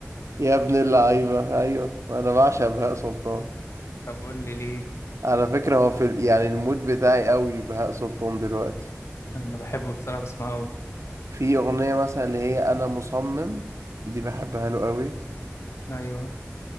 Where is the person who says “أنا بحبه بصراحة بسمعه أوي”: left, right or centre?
Left